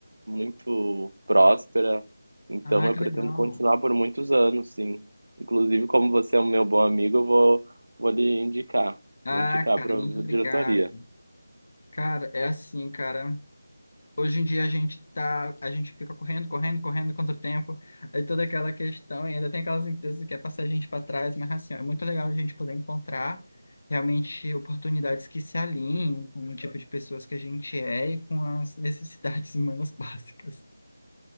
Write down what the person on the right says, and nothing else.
muito próspera. Então
eu
pretendo
continuar por muitos anos, sim. Inclusive, como você é um meu bom amigo, eu vou, vou lhe indicar.
Vou indicar
para
a
diretoria.